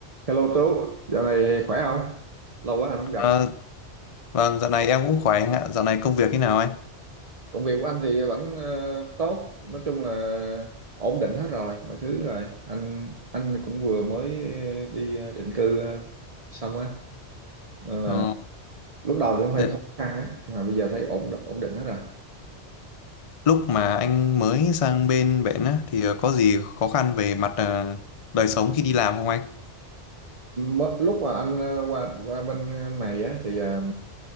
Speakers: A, on the right (about 35°); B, on the left (about 40°).
A: Hello Tú, dạo này khỏe không? Lâu quá anh không
B: Ờ,
A: gặp.
B: vâng, dạo này em cũng khỏe anh ạ. Dạo này công việc thế nào anh?
A: Công việc của anh thì vẫn ờ, tốt, nói chung là ổn định hết rồi, mọi thứ rồi. Anh anh cũng vừa mới đi định cư ờ, xong á, nên là
B: Ờ,
A: lúc đầu thì cũng hơi
B: thế
A: khó khăn á, mà bây giờ thấy ổn ổn định hết rồi.
B: lúc mà anh mới sang bên bển á, thì ờ, có gì khó khăn về mặt ờ, đời sống khi đi làm không anh?
A: Mới- Lúc mà anh ờ, qua qua bên này á thì ờ,